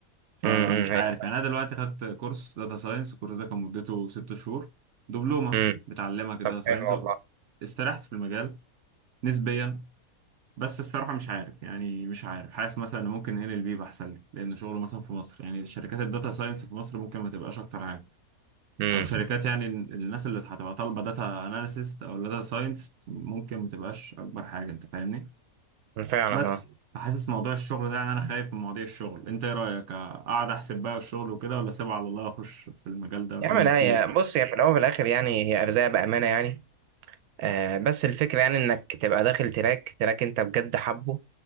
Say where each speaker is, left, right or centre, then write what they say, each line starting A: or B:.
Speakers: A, on the right; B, on the right.
A: فمش
B: امم امم
A: عارف
B: هي
A: يعني انا دلوقتي خدت كورس داتا ساينس الكورس ده كان مدته ست شهور دبلومه
B: امم
A: بتعلمك داتا
B: طب
A: ساينس
B: حلو والله
A: استريحت في المجال نسبيا بس الصراحة مش عارف يعني مش عارف حاسس مثلا ان ممكن ال ال بي احسن لي لان شغله مثلا في مصر يعني شركات الداتا ساينس في مصر ممكن ما تبقاش اكتر حاجة
B: امم
A: او شركات يعني ال- الناس اللي هتبقى طالبة داتا اناليسيست او داتا ساينس ممكن ما تبقاش اكبر حاجة انت فاهمني
B: فعلا
A: بس
B: آه.
A: فحاسس موضوع الشغل ده يعني انا خايف من مواضيع الشغل انت ايه رأيك اقعد احسب بقى الشغل وكده ولا اسيبه على الله اخش في المجال ده واكمل
B: يا عم لا
A: فيه
B: يا بص هي في الاول وفي الاخر يعني هي ارزاق بامانه يعني آه بس الفكره يعني انك تبقى داخل تراك تراك انت بجد حبه